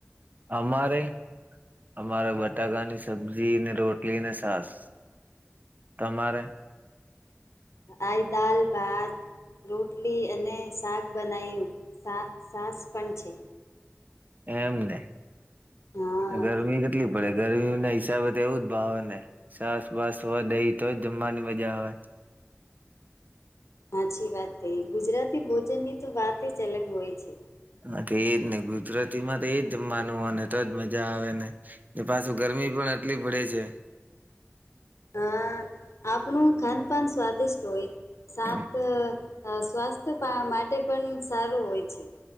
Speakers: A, on the right; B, on the left.
A: અમારે અમારે બટાકાની સબ્જી ને રોટલી ને સાસ તમારે
B: આ દાલ ભાત રોટલી અને શાક બનાયવું તાક છાસ પણ છે
A: એમને
B: છે હા
A: <unintelligible> કેટલી પડે ગરમી ના હિસાબે તો એવું જ ભાવે ને સાસ વાસ હોય દહી તો જ જમવાની મજા આવે
B: હાચી વાત કહીં ગુજરાતી ભોજન ની તો વાત જ અલગ હોય છે
A: હા તો એજ ને ગુજરાતી માં તો એ જ માનવું અને તોજ મજા આવે ને એ પાછું ગરમી પણ એટલી પડે છે
B: હા આપણું ખાનપાન સ્વાદિષ્ટ હોય સાત
A: હા
B: સ્વાસ્થ્ય માટે પણ સારું હોય છે